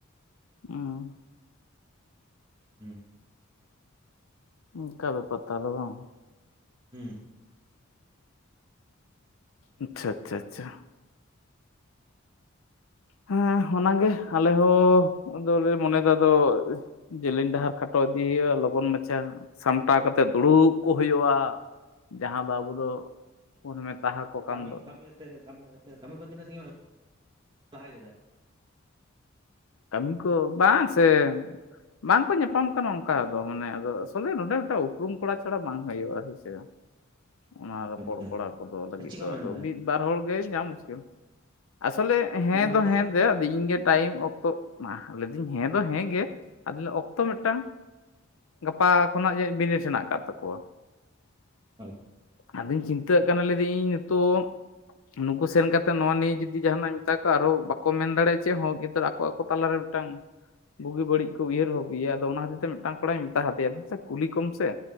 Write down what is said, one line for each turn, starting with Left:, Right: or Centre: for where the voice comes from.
Left: ᱚᱸᱻ
Right: ᱦᱩᱸ
Left: ᱚᱝᱠᱟ ᱵᱮᱯᱟᱨ ᱛᱟᱦᱞᱮ ᱵᱟᱝ᱾
Right: ᱦᱩᱸ
Left: ᱟᱪᱪᱷᱟ, ᱟᱪᱪᱷᱟ, ᱟᱪᱪᱷᱟ᱾ ᱦᱮᱸ, ᱚᱱᱟᱜᱮ ᱟᱞᱮ ᱦᱚᱸ ᱟᱫᱚᱞᱮ ᱢᱚᱱᱮᱭᱫᱟ ᱟᱫᱚ᱾ ᱡᱮᱞᱮᱧ ᱰᱟᱦᱟᱨ ᱠᱷᱟᱴᱚ ᱤᱫᱤ ᱦᱩᱭᱩᱜᱼᱟ ᱞᱚᱜᱚᱱ ᱢᱟᱪᱷᱟ᱾ ᱥᱟᱢᱴᱟᱣ ᱠᱟᱛᱮᱫ ᱫᱩᱲᱩᱵ ᱠᱚᱜ ᱦᱤᱭᱩᱜᱼᱟ᱾ ᱡᱟᱦᱟᱸ ᱫᱚ ᱟᱵᱚ ᱫᱚ <unintelligible> ᱢᱮᱛᱟ ᱠᱚ ᱠᱟᱱ
Right: ᱢᱤᱫ
Left: ᱫᱚ
Right: ᱠᱟᱹᱢᱤ ᱟᱛᱮᱫ, ᱠᱟᱹᱢᱤ ᱛᱤᱱᱟᱹᱜ ᱥᱟᱜᱤᱧ ᱮᱢ ᱞᱟᱦᱟ ᱠᱮᱫᱟ
Left: ᱠᱟᱹᱢᱤ ᱠᱚ ᱵᱟᱝ ᱥᱮ, ᱵᱟᱝ ᱠᱚ ᱧᱟᱯᱟᱢ ᱠᱟᱱᱟ ᱚᱝᱠᱟ ᱫᱚ᱾ ᱢᱟᱱᱮ ᱟᱫᱚ ᱛᱚᱵᱮ ᱱᱚᱸᱰᱮ ᱢᱤᱫᱴᱟᱜ ᱩᱯᱨᱩᱢ ᱠᱚᱲᱟ ᱪᱷᱟᱲᱟ ᱵᱟᱝ ᱦᱩᱭᱩᱜᱼᱟ, ᱦᱳᱭ‌ ᱥᱮ᱾ ᱚᱱᱟ ᱨᱚᱯᱚᱲ
Right: ᱟᱪᱪᱷᱟ
Left: ᱠᱚᱲᱟ ᱠᱚᱫᱚ ᱞᱟᱹᱜᱤᱫ
Right: ᱪᱮᱫ
Left: ᱫᱚ
Right: ᱠᱚ ᱢᱮᱱᱫᱟ
Left: ᱟᱫᱚ ᱢᱤᱫ ᱵᱟᱨ ᱦᱚᱲ ᱜᱮ ᱧᱟᱢ ᱢᱩᱥᱠᱤᱞ ᱟᱥᱚᱞᱮ ᱦᱮᱸ
Right: ᱪᱮᱫ ᱠᱚ ᱢᱮᱱᱫᱟ
Left: ᱫᱚ ᱦᱮᱸ ᱜᱮ ᱟᱫᱚ ᱤᱧ ᱜᱮ ᱴᱟᱭᱤᱢ ᱚᱠᱛᱚ ᱛᱚ ᱢᱟ ᱞᱟᱹᱭ ᱫᱟᱹᱧ ᱦᱮᱸ ᱫᱚ ᱦᱮᱸ ᱜᱮ᱾ ᱟᱫᱚ ᱚᱠᱛᱚ ᱢᱮᱫᱴᱟᱝ ᱜᱟᱯᱟ ᱠᱷᱚᱱᱟᱜ ᱡᱟᱱᱤᱡ ᱵᱤᱱᱤᱰ ᱦᱮᱱᱟᱜ ᱠᱟᱫ ᱛᱟᱠᱚᱣᱟ᱾
Right: ᱟᱪᱪᱷᱟ
Left: ᱟᱫᱚᱧ ᱪᱤᱱᱛᱟᱹᱣᱟᱜ ᱠᱟᱱᱟ ᱞᱟᱹᱭ ᱫᱤᱧ ᱱᱤᱛᱳᱜ᱾ ᱱᱩᱠᱩ ᱥᱮᱱ ᱠᱟᱛᱮ ᱱᱚᱣᱟ ᱱᱤᱭᱟᱹ ᱡᱩᱫᱤ ᱡᱟᱦᱟᱱᱟᱜ ᱤᱧ ᱢᱮᱛᱟ ᱠᱚᱣᱟ᱾ ᱟᱨᱦᱚᱸ ᱵᱟᱠᱚ ᱢᱮᱱ ᱫᱟᱲᱮᱭᱟᱜᱼᱟ ᱪᱮᱫ ᱦᱚᱸ ᱠᱤᱱᱛᱩ ᱟᱠᱚ ᱟᱠᱚ ᱛᱟᱞᱟᱨᱮ ᱢᱮᱫᱴᱟᱝ ᱵᱩᱜᱤ ᱵᱟᱹᱲᱤᱡ ᱠᱚ ᱩᱭᱦᱟᱹᱨ ᱵᱟᱵᱽ ᱜᱮᱭᱟ᱾ ᱟᱫᱚ ᱚᱱᱟ ᱦᱚᱛᱮᱛᱮ ᱢᱮᱫᱴᱟᱝ ᱠᱚᱲᱟᱧ ᱢᱮᱛᱟ ᱫᱮᱭᱟ ᱫᱩᱥᱮ ᱥᱮ ᱠᱩᱞᱤ ᱠᱚᱢ ᱥᱮ᱾